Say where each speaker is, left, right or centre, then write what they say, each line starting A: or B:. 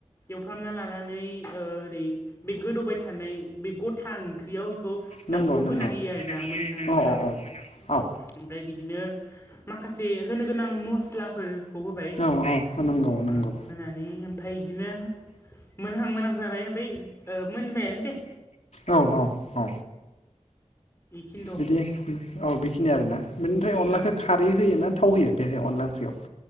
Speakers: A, on the left; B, on the left.
A: एवफ्रामना लानानै ओ ओरै बे गोदौबाय थानाय बे गथा ओंख्रियाव
B: नंगौ
A: दउ
B: नंगौ
A: होना होयो आरोना मोनहां
B: औ
A: मोनहांआव
B: औ औ औ
A: ओमफ्राय बिदिनो माखासे होनो गोनां मस्लाफोर फ होबाय
B: औ औ नंगौ नंगौ
A: ओ फोनानै ओमफाय इदिनो मोनहां मोनहां जाबाय ओमफाय ओ मोनबायानो दे
B: औ औ औ
A: ख <inaudible>
B: बिदि औ बेखिनि आरोना बेनिफ्राय अनलाखौ
A: ओ
B: खारै होयोना थाव होयो बेहाय अनला ओंख्रियाव